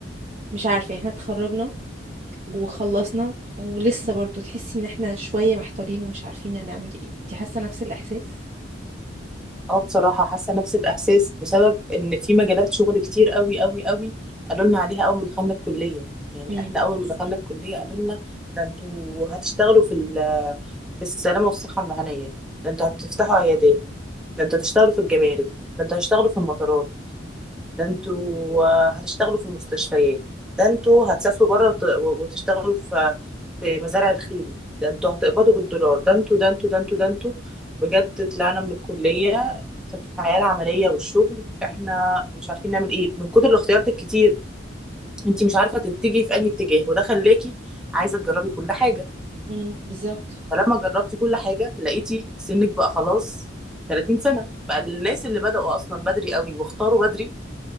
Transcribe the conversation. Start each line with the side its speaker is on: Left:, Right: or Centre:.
Right: مش عارفة احنا اتخرجنا وخلصنا ولسه برضو تحسي ان احنا شوية محتارين ومش عارفين هنعمل ايه انتي حاسة نفس الاحساس؟
Centre: اه بصراحة حاسة نفس الإحساس بسبب إن في مجالات شغل كتير قوي قوي قوي قالوا لنا عليها أول ما دخلنا الكلية يعني
Right: امم
Centre: إحنا أول ما دخلنا الكلية قالوا لنا ده أنتوا هتشتغلوا في ال- في السلامة والصحة المهنية ده أنتوا هتفتحوا عيادات ده أنتوا هتشتغلوا في الجمارك ده أنتوا هتشتغلوا في المطارات ده انتوا آه، هتشتغلوا في المستشفيات ده انتوا هتسافروا بره وت- وتشتغلوا في في مزارع الخيل ده انتوا هتقبضوا بالدولار ده انتوا ده انتوا ده انتوا ده انتوا بجد طلعنا من الكلية في الحياة العملية والشغل احنا مش عارفين نعمل ايه من كتر الاختيارات الكتير انت مش عارفة تتجهي في انهي اتجاه وده خلاكي عايزة تجربي كل حاجة
Right: امم بالظبط
Centre: فلما جربتي كل حاجة لقيتي سنك بقى خلاص 30 سنة بقى الناس اللي بدأوا أصلا بدري قوي واختاروا بدري